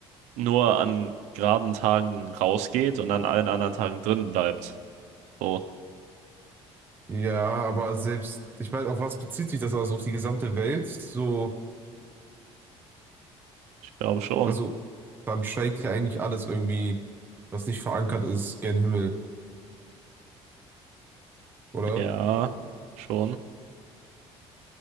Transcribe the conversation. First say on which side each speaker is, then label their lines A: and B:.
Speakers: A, on the right; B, on the right.
A: nur an geraden Tagen rausgeht und an allen anderen Tagen drin bleibt. So,
B: Ja, aber selbst, ich meine, auf was bezieht sich das also? Auf die gesamte Welt? So,
A: ich glaube schon.
B: also dann steigt ja eigentlich alles irgendwie, was nicht verankert ist, gen Himmel. Oder?
A: Ja, schon.